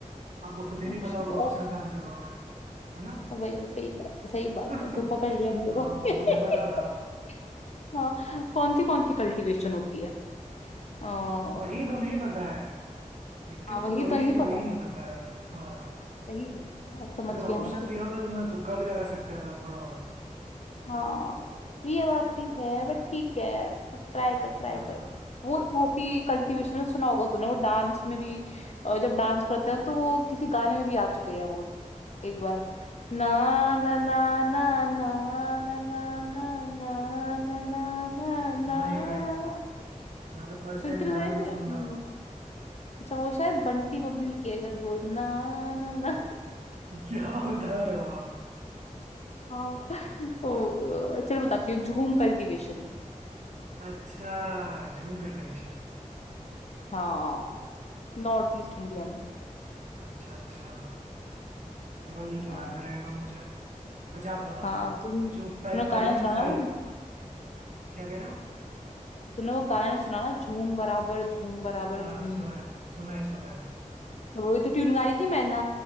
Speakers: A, on the right; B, on the left.
A: आपको खुद ही
B: अच्छा
A: नहीं पता होगा
B: तो
A: ऑप्शंस
B: op-
A: कहाँ से दोगे है ना
B: वही वही- सही बात है सही बात
A: <laughs>
B: है तो पकड़ लिया मेरे
A: हाँ
B: को <laughs>
A: मुझे पता था
B: हाँ कौन सी कौन सी कल्टीवेशन होती है आ, हाँ
A: वही तो नहीं पता है दिक्कत
B: वही
A: तो वही
B: तो नहीं
A: है कि
B: पता
A: वही नहीं पता है हाँ
B: सही बात है अब समझ
A: अगर
B: गया
A: ऑप्शन
B: ना तू
A: दिया होता तो मैं तुक्का भी लगा सकता था थोड़ा बहुत
B: हाँ ये बात भी है बट ठीक है ट्राई कर ट्राई
A: हाँ,
B: कर वो बहुत ही कल्टीवेशन में सुना होगा तूने वो डांस में भी अ, जब डांस करते हैं तो वो किसी गाने में भी आ चुके हैं वो एक बार ना ना ना ना ना ना ना ना ना ना ना ना ना
A: नहीं भाई मैं तो फर्स्ट
B: सुनते
A: टाइम
B: हैं
A: गाना भी
B: ये?
A: सुन
B: हम्म,
A: रहा हूँ
B: अच्छा वो शायद बंटी बबली की है शायद वो ना ना ना
A: <laughs> क्या बता रहे हो आप
B: हाँ ओ, चलो बताती हूँ झूम कल्टीवेशन
A: अच्छा झूम कल्टीवेशन
B: हाँ नॉर्थ ईस्ट इंडिया में
A: अच्छा अच्छा चलो भाई ये
B: हाँ
A: तो याद रहेगा मुझे अब अच्छा आप बताओ
B: हाँ तुम तुमने
A: जो पह,
B: वो गाना
A: पहले
B: नहीं
A: मैंने
B: सुना ना
A: फ्रे
B: वो
A: क्या कह रहे हो
B: तूने वो गाना नहीं सुना ना झूम बराबर झूम बराबर
A: हाँ
B: झूम
A: सुना है सुना है सुना है
B: तो वही तो ट्यून गा रही थी मैं ना